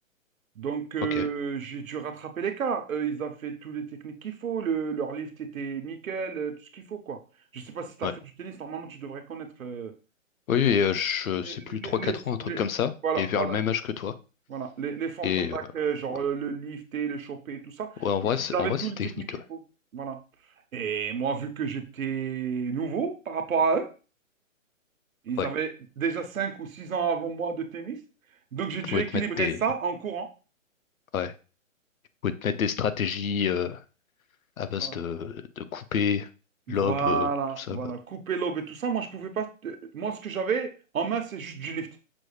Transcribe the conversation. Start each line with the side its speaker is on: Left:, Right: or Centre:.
Right: Donc, euh,
Left: ok.
Right: j'ai dû rattraper l'écart. Euh, ils ont fait toutes les techniques qu'il faut. Le, leur lift était nickel, euh, tout ce qu'il faut, quoi. Je sais pas si tu
Left: Ouais.
Right: as fait du tennis. Normalement, tu devrais connaître euh,
Left: Oui, et euh, je
Right: les,
Left: sais plus,
Right: les-
Left: trois
Right: les-
Left: quatre ans, un truc
Right: les-
Left: comme ça,
Right: voilà,
Left: et vers
Right: voilà,
Left: le même âge que toi.
Right: voilà, les, les formes
Left: Et
Right: d'attaque,
Left: euh,
Right: euh, genre
Left: ouais.
Right: euh, le lifter, le choper, tout ça.
Left: Ouais, en vrai,
Right: Ils
Left: c'est
Right: avaient
Left: en vrai,
Right: toutes
Left: c'est technique,
Right: les techniques qu'il
Left: ouais.
Right: faut. Voilà. Et moi, vu que j'étais nouveau par rapport à eux, ils
Left: Ouais.
Right: avaient déjà 5 ou 6 ans avant moi de tennis. Donc, j'ai
Left: Ils pouvaient
Right: dû équilibrer
Left: te mettre des.
Right: ça en courant.
Left: Ouais. Ils pouvaient te mettre des stratégies euh, à base
Right: Voilà.
Left: de, de couper,
Right: Voilà,
Left: lobe, euh, tout ça.
Right: voilà,
Left: là.
Right: couper l'aube et tout ça. Moi, je pouvais pas. euh, Moi, ce que j'avais en main, c'est juste du lift.